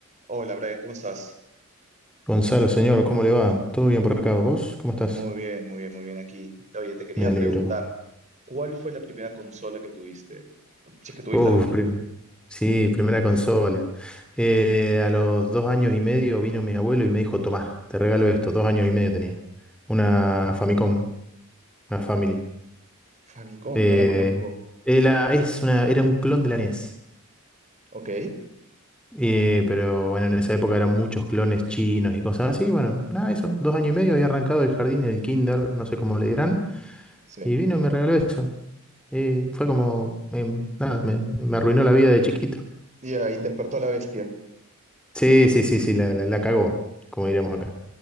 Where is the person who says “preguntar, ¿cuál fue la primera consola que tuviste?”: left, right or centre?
Right